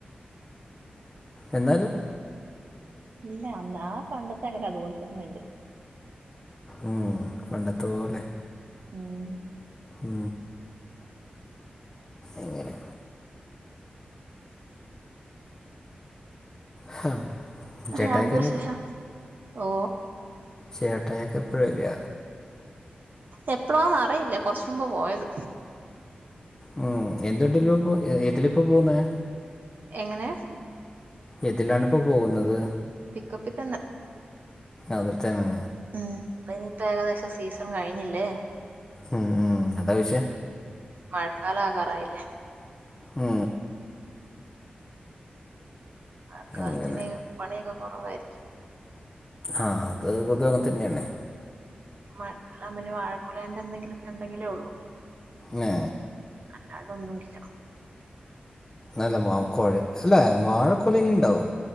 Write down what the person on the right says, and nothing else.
ഇല്ല അന്ന് ആ പണ്ടത്തെ എങ്ങനെ അതുപോലെ തന്നെ ഇണ്ട്
ഉം
വേറെന്താ വിശേഷം ഓ
എപ്പോളാ റിയില്ല കൊറച്ചുമ്പ പോയത്
എങ്ങനെ
പിക്കപ്പി തന്നെ
ഉം ഇപ്പ ഇനിയിപ്പ ഏകദേശം സീസൺ കഴിഞ്ഞില്ലേ
മഴക്കാലകാറായില്ലേ
ആക്കാലത്തിനി
പണിയൊ കൊറവായിരിക്കും
മഴകാലവു പിന്നെ വാഴക്കൊലേന്റെ എന്തെങ്കിലു ഒക്കെ ഒണ്ടെങ്കിലേ ഒള്ളൂ
അല്ലാണ്ടോന്നുല്ല